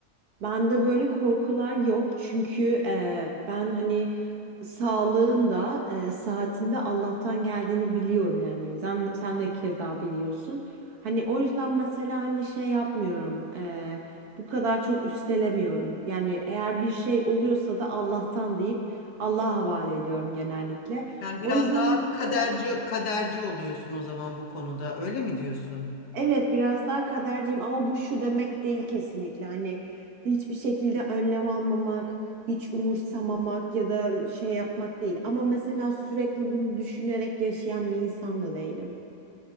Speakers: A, on the right; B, on the left.
A: Bende böyle korkular yok çünkü e, ben hani sağlığın da e, saatinde Allah'tan geldiğini biliyorum yani sen, sen de keza biliyorsun. Hani o yüzden mesela hani şey yapmıyorum e, bu kadar çok üstelemiyorum. Yani eğer bir şey oluyorsa da Allah'tan deyip Allah'a havale ediyorum genellikle.
B: Yani
A: O
B: biraz
A: yüzden
B: daha
A: de mesela
B: kaderci kaderci oluyorsun o zaman bu konuda. Öyle mi diyorsun?
A: Evet biraz daha kaderciyim ama bu şu demek değil kesinlikle hani hiçbir şekilde önlem almamak, hiç umursamamak ya da şey yapmak değil. Ama mesela sürekli bunu düşünerek yaşayan bir insan da değilim.